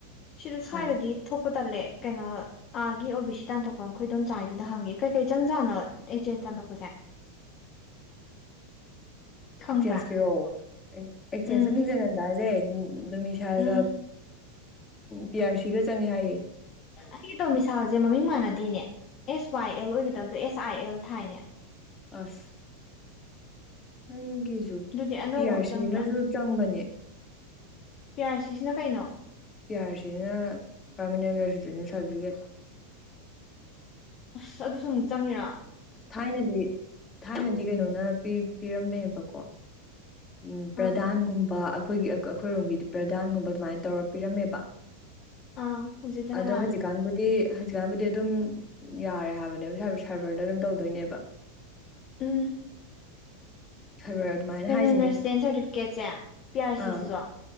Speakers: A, on the left (about 40°); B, on the left (about 20°).
A: ꯁꯤꯗ ꯁ꯭ꯋꯥꯏꯗꯗꯤ
B: ꯍꯥꯏꯌꯣ
A: ꯊꯣꯛꯄ ꯇꯜꯂꯦ ꯀꯩꯅꯣ ꯑꯥꯒꯤ ꯑꯣ ꯕꯤ ꯁꯤ ꯇꯥꯟꯊꯣꯛꯄ ꯈꯣꯏ ꯏꯗꯣꯝꯆꯥ ꯍꯣꯏꯗꯨꯗ ꯍꯪꯒꯦ ꯀꯩ ꯀꯩ ꯆꯪꯖꯥꯠꯅꯣ ꯑꯦꯛꯆꯦꯟꯁ ꯇꯥꯟꯊꯣꯛꯄꯁꯦ <inaudible> ꯈꯪꯕ꯭ꯔꯥ
B: ꯑꯦꯛꯆꯦꯟꯁꯀꯤꯔꯣ ꯑꯦꯛꯆꯦꯟꯁꯇ
A: ꯎꯝ
B: ꯃꯤꯡꯖꯟꯕ ꯍꯥꯏꯁꯦ ꯗꯣꯃꯤꯁꯥꯏꯜꯒ
A: ꯎꯝ
B: ꯄꯤ ꯑꯥꯔ ꯁꯤꯒ ꯆꯪꯉꯦ ꯍꯥꯏꯌꯦ
A: ꯑꯩꯒꯤ ꯗꯣꯃꯤꯁꯥꯏꯜꯁꯦ ꯃꯃꯤꯡ ꯃꯥꯟꯅꯗꯦꯅꯦ ꯑꯦꯁ ꯋꯥꯏ ꯑꯦꯜ ꯑꯣꯏꯒꯗꯕꯗꯣ ꯑꯦꯁ ꯑꯥꯏ ꯑꯦꯜ ꯊꯥꯏꯅꯦ
B: ꯑꯁ ꯅꯪꯒꯤꯖꯨ
A: ꯑꯗꯨꯗꯤ ꯑꯅꯧꯕ
B: ꯄꯤ ꯑꯥꯔ
A: ꯑꯃ
B: ꯁꯤ
A: ꯆꯪꯗ꯭ꯔꯥ
B: ꯑꯃꯁꯨ ꯆꯪꯕꯅꯦ
A: ꯄꯤ ꯌꯥꯔ ꯁꯤꯁꯤꯅ ꯀꯩꯅꯣ
B: ꯄꯤ ꯑꯥꯔ ꯁꯤꯅ ꯄꯥꯔꯃꯤꯅꯦꯟ ꯔꯦꯁꯤꯗꯦꯟꯁꯤꯌꯦꯜ ꯁꯥꯔꯇꯤꯐꯤꯀꯦꯠ
A: ꯑꯁ ꯑꯗꯨꯁꯨ ꯑꯃꯨꯛ ꯆꯪꯉꯔꯥ
B: ꯊꯥꯏꯅꯗꯤ ꯊꯥꯏꯅꯗꯤ ꯀꯩꯅꯣꯅ ꯄꯤꯔꯝꯕꯅꯦꯕꯀꯣ ꯎꯝ ꯄ꯭ꯔꯗꯥꯟꯒꯨꯝꯕ
A: ꯑꯥ
B: ꯑꯩꯈꯣꯏꯒꯤ ꯑꯩꯈꯣꯏꯔꯣꯝꯒꯤꯗꯤ ꯄ꯭ꯔꯗꯥꯟꯒꯨꯝꯕ ꯑꯗꯨꯃꯥꯏꯅ ꯇꯧꯔ ꯄꯤꯔꯝꯃꯦꯕ
A: ꯑꯥ ꯍꯧꯖꯤꯛꯅ ꯀꯅꯥꯅ
B: ꯑꯗꯣ ꯍꯧꯖꯤꯛꯀꯥꯟꯕꯨꯗꯤ ꯍꯧꯖꯤꯛꯀꯥꯟꯕꯨꯗꯤ ꯑꯗꯨꯝ ꯌꯥꯔꯦ ꯍꯥꯏꯕꯅꯦꯕ ꯁꯥꯏꯕꯔꯗ ꯑꯗꯨꯝ ꯇꯧꯗꯣꯏꯅꯦꯕ
A: ꯎꯝ
B: ꯁꯥꯏꯕꯔ ꯑꯗꯨꯃꯥꯏꯅ ꯍꯥꯏꯖꯦ
A: ꯑꯩꯟ ꯔꯦꯁꯤꯗꯦꯟ ꯁꯥꯔꯇꯤꯐꯤꯀꯦꯠꯁꯦ ꯄꯤ ꯑꯥꯔ ꯁꯤꯁꯤꯁꯨ
B: ꯑꯥ